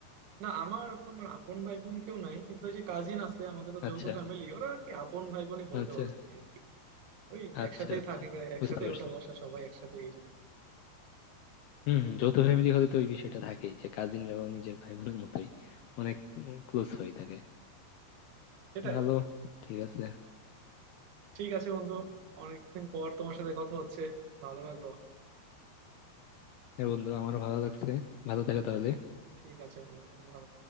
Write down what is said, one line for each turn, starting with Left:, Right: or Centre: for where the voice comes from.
Right: না আমার তোমার আপন ভাই বোন কেউ নাই কিন্তু ওই যে কাজিন আছে আমাদের তো
Left: আচ্ছা
Right: যৌথ ফ্যামিলি ওরা আর কি আপন ভাই বোনই বলতে
Left: আচ্ছা
Right: পারো তুমি আর কি ওই
Left: আচ্ছা
Right: একসাথেই
Left: আচ্ছা
Right: থাকে একসাথে
Left: বুঝতে পারছি
Right: ওটা বসা সবাই একসাথে এই জন্য
Left: হম হম, যৌথ ফ্যামিলি হলে তো ওই বিষয়টা থাকেই যে কাজিনরাও নিজের ভাই বোনের মতোই অনেক ক্লোজ হয়ে থাকে
Right: সেটাই
Left: ভালো ঠিক আছে
Right: ঠিক আছে বন্ধু অনেকদিন পর তোমার সাথে কথা হচ্ছে ভালো লাগলো
Left: হ্যাঁ বন্ধু আমারও ভালো লাগছে ভালো থাকো তাহলে
Right: ঠিক আছে বন্ধু তুমি ভালো